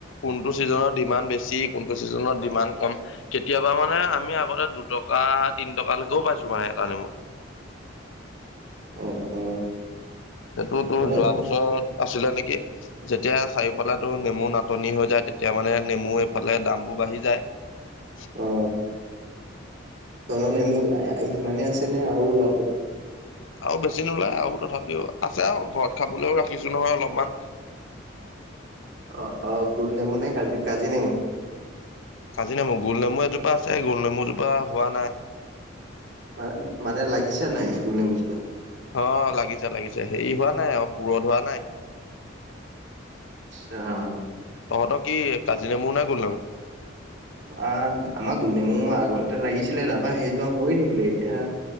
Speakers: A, on the left (about 80°); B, on the right (about 65°).
A: কোনটো ছিজনৰ ডিমাণ্ড বেছি কোনটো চিজ ডিমাণ্ড কম কেতিয়াবা মানে আমি আগতে দুটকা তিন টকালৈকেও পাইছো মানে এটানমত
B: অ অ
A: সেইটো তোৰ
B: তহঁতৰ
A: যোৱা বছৰত আছিলে নেকি যেতিয়া চাৰিওফালে নেমু নাটনি হৈ যায় তেতিয়া মানে নেমু এইফালে দাম বোৰ বাঢ়ি যায়।
B: অ। তহঁতৰ নেমু ইমানে আছে নে আৰু ওলাব
A: আৰু বেছি নোলায় আৰু তথাপিও আছে আৰু ঘৰত খাবলৈও ৰাখিছো নহয় অলপমান <unintelligible>
B: অ অ গোল নেমু নে কাজি কাজি নেমু
A: কাজি নমু গোল নমু এজোপা আছে গোল নেমুজোপা হোৱা নাই
B: ম মানে লাগিছো নাই গুল নেমু জোপা
A: অ লাগিছে লাগিছে হেৰি হোৱা নাই আৰু পুৰঠ হোৱা নাই।
B: অ অ।
A: তহঁতৰ কি কাজি নেমুৰ না গুল নেমু
B: আমা আমাৰ গুল নেমু আগৰতে লাগিছিলে তাৰাপা সেইজোপ মৰি থাকিলে এতিয়া